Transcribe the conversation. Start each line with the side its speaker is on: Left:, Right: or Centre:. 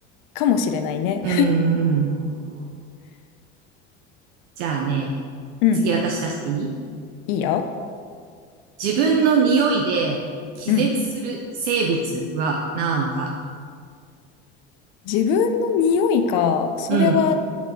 Left: かもしれないね。
Right: うーんうん。じゃあね、
Left: うん、
Right: 次私出していい
Left: いいよ。
Right: 自分の匂いで気絶する生物はなんだ
Left: うん。自分の匂いか、それは
Right: うん。